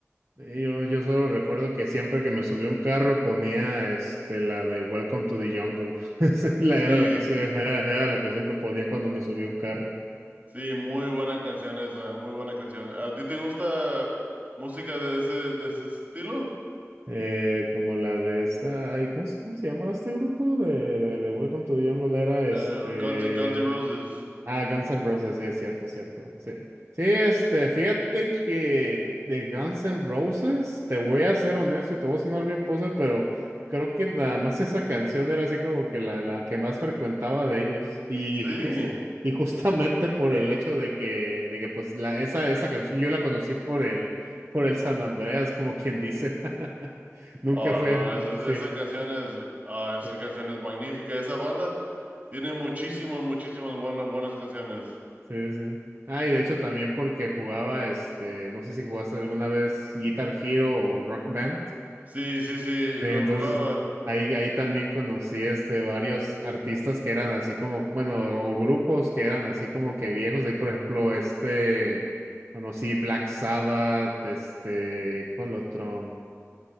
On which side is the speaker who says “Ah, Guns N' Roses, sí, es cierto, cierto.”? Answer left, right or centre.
Right